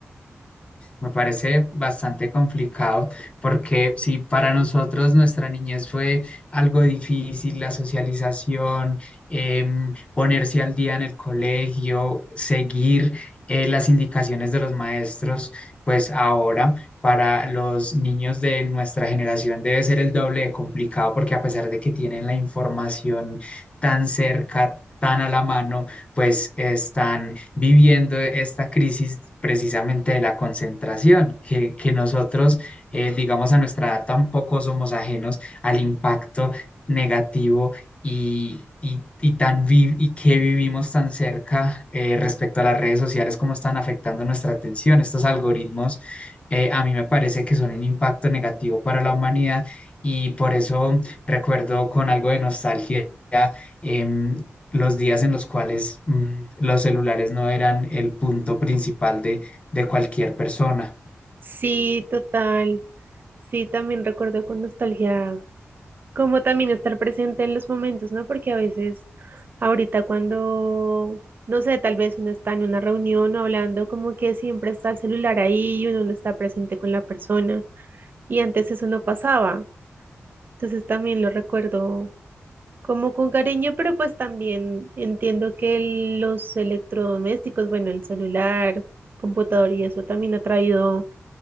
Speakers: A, on the left (about 25°); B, on the right (about 45°).
A: Me parece bastante complicado porque si para nosotros nuestra niñez fue algo difícil, la socialización, em, ponerse al día en el colegio, seguir eh, las indicaciones de los maestros, pues ahora para los niños de nuestra generación debe ser el doble de complicado porque a pesar de que tienen la información tan cerca, tan a la mano, pues están viviendo esta crisis precisamente de la concentración, que, que nosotros, eh, digamos, a nuestra edad tampoco somos ajenos al impacto negativo y, y, y tan vi- y que vivimos tan cerca eh, respecto a las redes sociales, cómo están afectando nuestra atención. Estos algoritmos eh, a mí me parece que son un impacto negativo para la humanidad y por eso recuerdo con algo de nostalgia. em, los días en los cuales mm, los celulares no eran el punto principal de, de cualquier persona,
B: Sí, total. Sí, también recuerdo con nostalgia como también estar presente en los momentos, ¿no? Porque a veces ahorita cuando, no sé, tal vez uno está en una reunión o hablando, como que siempre está el celular ahí y uno no está presente con la persona. Y antes eso no pasaba. Entonces también lo recuerdo como con cariño, pero pues también entiendo que el- los electrodomésticos, bueno, el celular, computador y eso también ha traído